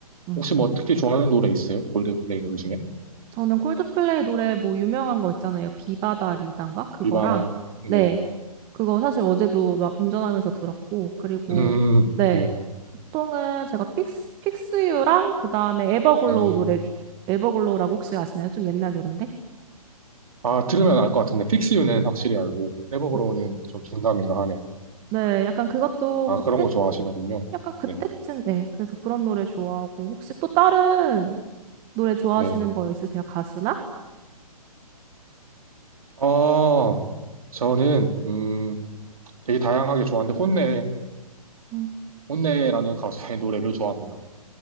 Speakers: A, on the right (about 25°); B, on the right (about 65°).
A: 음.
B: 혹시 뭐 특히 좋아하는 노래 있어요? 골드플레이 노래 중에?
A: 저는 콜드플레이 노래 뭐 유명한 거 있잖아요. 비바다 리단가? 그거랑,
B: 비바라, 네.
A: 네. 그거 사실 어제도 막 운전하면서 들었고, 그리고,
B: 음,
A: 네.
B: 네.
A: 보통은 제가 픽스, 픽스유랑 그 다음에 에버글로우
B: 음.
A: 노래, 주- 에버글로우라고 혹시 아시나요? 좀 옛날 노랜데?
B: 아, 들으면 알 것 같은데, 픽스유는 확실히 알고, 에버그로우는
A: 네,
B: 좀 긴가민가 하네요.
A: 네, 약간 그것도
B: 아,
A: 그때,
B: 그런 거 좋아하시는군요.
A: 약간 그때쯤,
B: 네,
A: 네. 그래서 그런 노래 좋아하고, 혹시 또 다른 노래 좋아하시는
B: 네.
A: 거 있으세요? 가수나?
B: 아, 저는, 음, 되게 다양하게 좋아하는데, 혼내,
A: 음.
B: 혼내라는 가수의 노래를 좋아합니다.